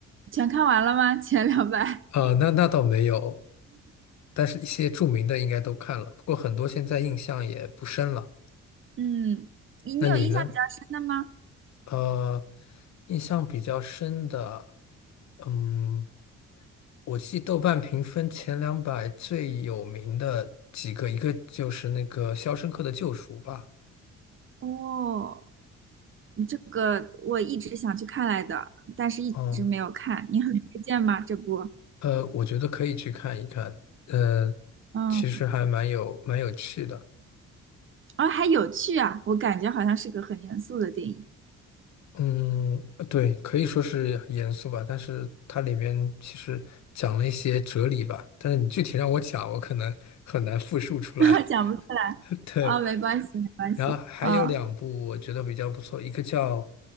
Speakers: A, on the right; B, on the left.
A: 全看完了吗？<laughs> 前两版。
B: 呃，那那倒没有，但是一些著名的应该都看了，不过很多现在印象也不深了。
A: 嗯，你你有印象比较深的吗？
B: 那你呢？呃，印象比较深的，嗯，我记豆瓣评分前两百最有名的几个，一个就是那个《肖申克的救赎》吧。
A: 哦，你这个我一直想去看来的，但是一直没有看。
B: 嗯，
A: 你很推荐吗？这部？
B: 呃，我觉得可以去看一看，呃，
A: 嗯，
B: 其实还蛮有蛮有趣的。
A: 哦，还有趣啊，我感觉好像是个很严肃的电影，
B: 嗯，呃对，可以说是严肃吧，但是它里面其实讲了一些哲理吧，但是你具体让我讲，我可能很难复述出来。
A: <laughs> 讲不出来。
B: <laughs> 对，
A: 哦，没关系，没关系。
B: 然后还有两部我觉得比较不错，
A: 嗯，
B: 一个叫